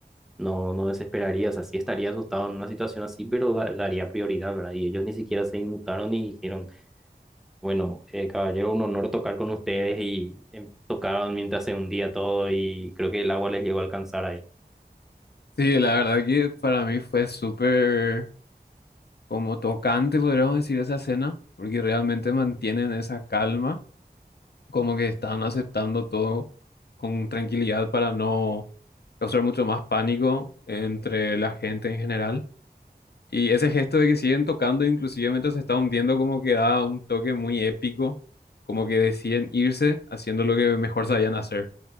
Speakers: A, in the centre; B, on the left.
A: no, no desesperaría, o sea, sí estaría asustado en una situación así, pero da- daría prioridad, ¿verdad? Y ellos ni siquiera se inmutaron y dijeron... Bueno, eh, caballero, un honor tocar con ustedes y em, tocaron mientras se hundía todo y creo que el agua les llegó a alcanzar ahí.
B: sí, la verdad que para mí fue súper como tocante, podríamos decir, esa escena, porque realmente mantienen esa calma. como que están aceptando todo con tranquilidad para no causar mucho más pánico entre la gente en general. Y ese gesto de que siguen tocando, inclusive mientras se está hundiendo, como que da un toque muy épico, como que deciden irse haciendo lo que mejor sabían hacer.